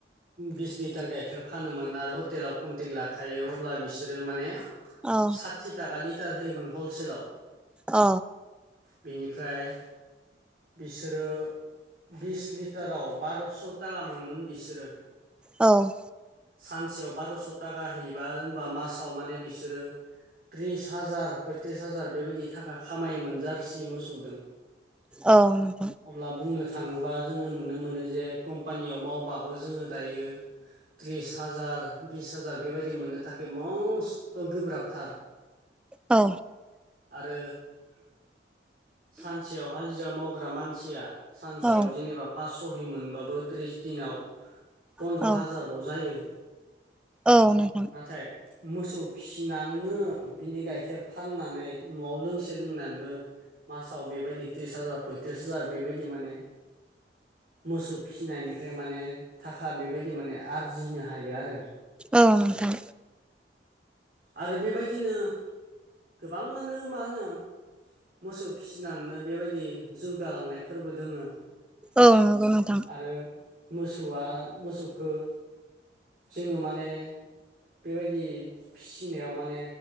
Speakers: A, on the right (about 55°); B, in the centre.
A: बिस लिटार गाइखेर फानोमोन आरो हटेलाव कन्टेक्ट लाखायो अब्ला बिसोरो माने
B: औ
A: थि थाखा लिटार होयोमोन हलसेलाव
B: अ
A: बेनिफ्राय बिसोरो बिस लिटाराव बार'स' थाखा मोनोन बिसोरो
B: औ
A: सानसेयाव बार'स' थाखा होयोबा होमबा मासाव माने बिसोरो त्रिस हाजार पयथ्रिस हाजार बेबायदि थाखा खामायोम जारसि मोसौजों
B: औ नंगौ
A: अब्ला बुंनो थाङोबा जोङो नुनो मोनो जे कम्पानियाव मावबाबो जोङो दायो त्रिस हाजार बिस हाजार बेबायदि मोननो थाखाय मस्थ' गोब्राबथार
B: औ
A: आरो सानसेयाव हाजिरा मावग्रा मानसिया सानसेयाव
B: औ
A: जेनेबा पासस'है मोनबाबो थ्रिस दिनाव पन्द्र'
B: औ
A: हाजारल' जायो
B: औ नंगौ
A: नाथाय मोसौ फिसिनानैनो बिनि गाइखेर फाननानै न'आव लोंसे लोंनानैबो मासाव बेबायदि त्रिस हाजार पयथ्रिस हाजार बेबायदि माने मोसौ फिनायनिफ्राय माने थाखा बेबायदि माने आर्जिनो हायो आरो
B: औ नोंथां
A: आरो बेबायदिनो गोबाङानो मा होनो मोसौ फिसिनानैनो बेबायदि जौगालांनाय फोरबो दोङो
B: औ नगौ नोंथां
A: आरो मोसौआ मोसौखौ जोङो माने बेबायदि फिनायाव माने